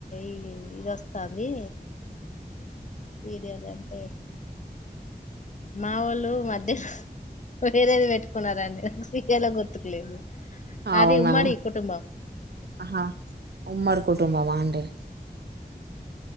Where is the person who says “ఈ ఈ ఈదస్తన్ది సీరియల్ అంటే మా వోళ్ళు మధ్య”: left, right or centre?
Left